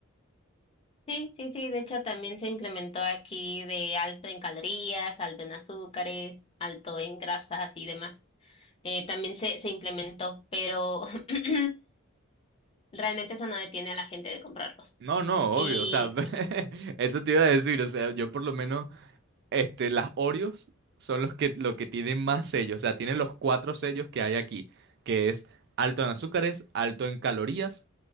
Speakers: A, on the left; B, on the right.
A: Sí, sí, sí, de hecho también se implementó aquí de alto en calorías, alto en azúcares, alto en grasas y demás. Eh, también se, se implementó, pero <clears throat> realmente eso no detiene a la gente de comprarlos.
B: No, no,
A: Y
B: obvio, o sea, <laughs> eso te iba a decir, o sea, yo por lo menos, este, las Oreos son los que, lo que tienen más sellos, o sea, tienen los cuatro sellos que hay aquí, que es alto en azúcares, alto en calorías,